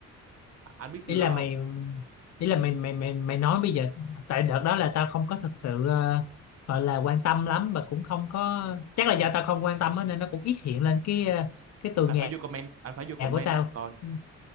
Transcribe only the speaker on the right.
à, anh biết
điều
đó
không
anh
phải vô comment anh phải vô comment
á coi